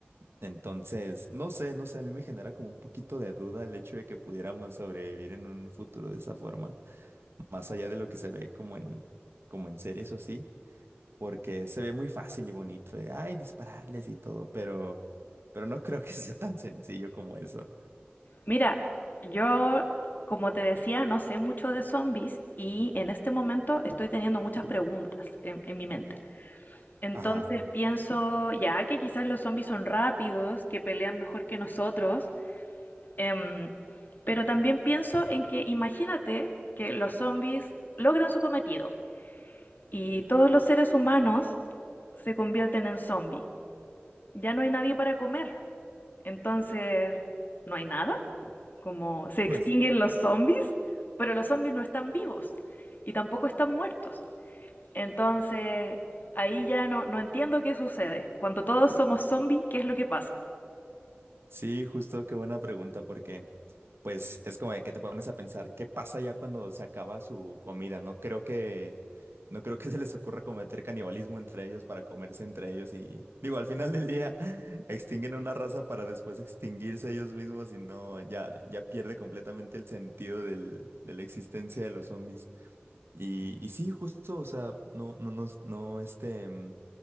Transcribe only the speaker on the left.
Mira, yo, como te decía, no sé mucho de zombies y en este momento estoy teniendo muchas preguntas en, en mi mente. Entonces
pienso, ya que quizás los zombies son rápidos, que pelean mejor que nosotros, em, pero también pienso en que imagínate que los zombies logran su cometido y todos los seres humanos se convierten en zombies. Ya no hay nadie para comer. Entonces, no hay nada. Como se extinguen
los zombies, pero los zombies no están vivos y tampoco están muertos. Entonces, ahí ya no, no entiendo qué sucede. Cuando todos somos zombies, ¿qué es lo que pasa?